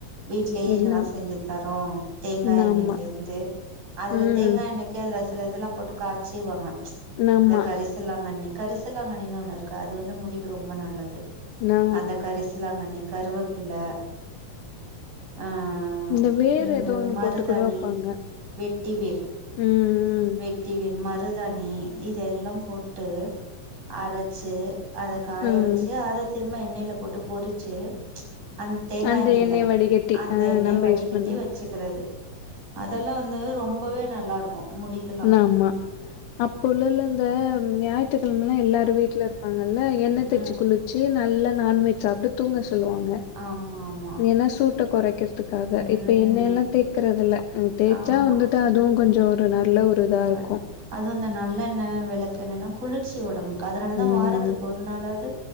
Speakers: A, on the right (about 85°); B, on the left (about 75°).
A: வீட்லே இதுலா
B: எல்லாம்.
A: செஞ்சு தரோ தேங்கா
B: ம்
A: எண்ணெய்லேர்ந்து
B: ஆமா.
A: அதுல
B: ம்.
A: தேங்கா எண்ணெக் க்கு அதுல சில இதுல்லா போட்டு காய்ச்சி வாங்க
B: ஆமா.
A: இந்த கரிசில்லாங்கன்னி கரிஸ் கரிசில்லாங்கன்னின்னு ஒண்ணுருக்கு அது வந்து முடீக்கு ரொம்ப நல்லது
B: நா
A: அந்த கரிசலாங்கன்னி கருவப் பில்ல அ அ
B: இந்த வேர்
A: இந்த
B: ஏதோ ஒண்ணு
A: மருதாணி
B: போட்டு கூட வப்பாங்க.
A: வெட்டிவேர்
B: ம்.
A: வெட் டிவேர் மருதாணி இதெல்லாம்போட்டு அரச்சு அதகாய
B: ம். ம்.
A: வெச்சு அத திரும்ப எண்ணெய்ல போட்டுபொறிச்சு அந் தேங்கா
B: அந்த
A: எண்ணெய்ல
B: எண்ணெய வடிகட்டி.
A: அந்த
B: ஆ
A: எண்ணெய
B: நம்ம
A: வடிகட்டி
B: யூஸ் பண்ண
A: வச்சுக்குறது அதெல்லா வந்து ரொம்பவே நல்லாருக்கு முடிக்
B: நம்மா அப்பஉள்லல அந்த ஞாயிற்றுக்கிழமெல்லா எல்லாரு வீட்லரு பாங்கல்ல எண்ணெ தேச்சு
A: ம்
B: குளிச்சு நல்லா நான்வெஜ் சாப்ட்டு தூங்க சொல்லுவாங்க
A: ஆம்மா ஆம்மா
B: ஏன்னா சூட்ட குறைக்கிற்துக்காக
A: ம்
B: இப்ப எண்ணயெல்லா தேக்கறதுல்ல ம் தேச்சா
A: ஆமா
B: வந்துட் டு அதுவு கொஞ்சொ ஒரு நல்ல ஒரு இதா இருக்கு
A: கன் அதுவு ந்த நல்லெண்ண வெளக்கெண்ணல்லா குளிர்ச்சி ஒடம்புக்கு அதனாலதா
B: ம்
A: வாரத்துக் ஒருநாளாது